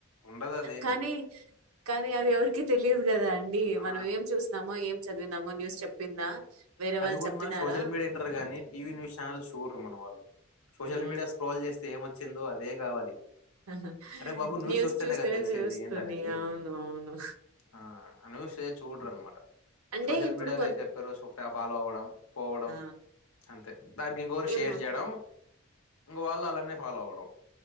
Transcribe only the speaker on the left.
ఉండదు అదేమి
ఆ
అదిగున్న
సోషల్ మీడియా ఇంటర్ గానీ
టీవీ న్యూస్ ఛానల్ చూడ్రు మన వాళ్లు సోషల్
మీడియా స్క్రోల్ చేస్తే ఏమొచ్చిందో అదే కావాలి
అరే బాబు
చూస్తేనే
కదా తెలిసేది
ఏంటనేది
ఆ న్యూసే చూడరు అనమాట
సోషల్
మీడియాలో
ఏం చెప్పారో సో ఫాలో అవ్వడం పోవడం
అంతే దానికి ఇంకొరు షేర్
చేయడం వాళ్లు అలానే ఫాలో అవడం